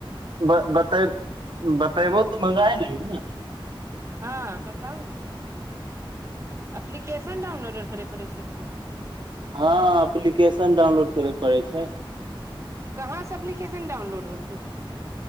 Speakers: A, on the right (about 60°); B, on the right (about 30°).
A: बते बतेबो बतेबो तऽ मॅंगाए लेएहिं न
B: हँ बताउ ने एप्लीकेशन डाउनलोड आर करय पड़ैत छै की
A: हँ एप्लीकेशन डाउनलोड करेके पड़ै छै
B: कहाँसँ एप्लीकेशन डाउनलोड होतै